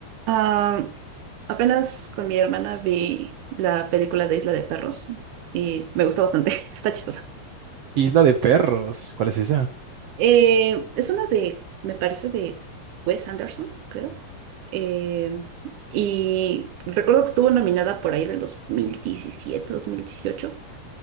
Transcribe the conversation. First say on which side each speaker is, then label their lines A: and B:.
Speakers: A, on the right; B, on the right.
A: Ah, apenas con mi hermana vi la película de Isla de Perros y me gustó bastante, <laughs> está chistosa.
B: Isla de perros. ¿Cuál es esa?
A: Eh, es una de, me parece, de Wes Anderson, creo. Eh, y recuerdo que estuvo nominada por ahí del dos dos mil diecisiete dos mil dieciocho